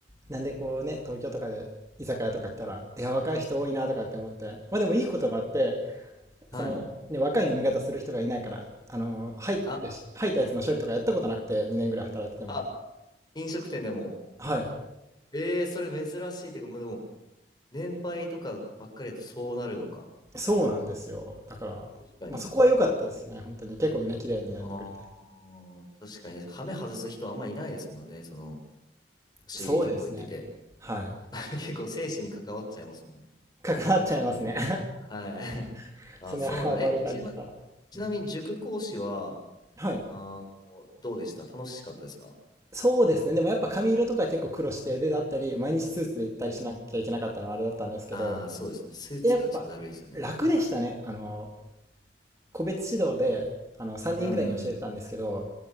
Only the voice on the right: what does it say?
う。なんでこうね、東京とかで居酒屋とか行ったら、いや、若い人多いなとかって思って、まあでもいいこともあって、
その、ね、若い飲み方する人がいないから、あの、入ってし、
入ったやつの処理とかやったことなくて、2年ぐらい働いてても。
はい。
そうなんですよ。だから、
まあそこは良かったですよね、本当に。結構みんな綺麗に飲んでくれて。
そうですね。はい。
関わっちゃいますね。
<laughs>
そんな暴れたりしたら。
うん、はい。
そうですね。でもやっぱ髪色とか結構苦労して、で、だったり、毎日スーツで行ったりしなきゃいけなかったのはあれだったんですけど、
で、やっぱ楽でしたね。あの、個別指導で、あの、3人ぐらいに教えてたんですけど、